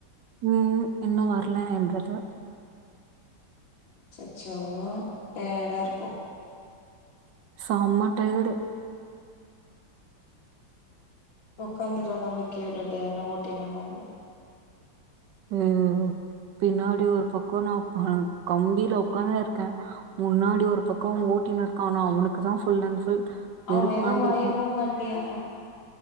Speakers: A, on the right; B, on the left.
A: உம் இன்னும் வரல என்றது
B: அச்சச்சோ டயடா இருக்கும்
A: செம டயடு
B: உக்காந்து வந்த உங்க கே உள்ளளட்டே <unintelligible> தினமும் உங்களுக்கு
A: ஹ பின்னாடி ஒரு பக்கம் நான் கம்பியில உட்காந்துன் இருக்கேன் முன்னாடி ஒரு பக்கம் ஓட்டினு இருக்கான் ஆனா அவனுக்கு தான் ஃபுல் அண்ட் ஃபுல்
B: அவங்க
A: வெறுப்பாந்திருக்கும்.
B: ஏதோ வைபம் பண்ணலியா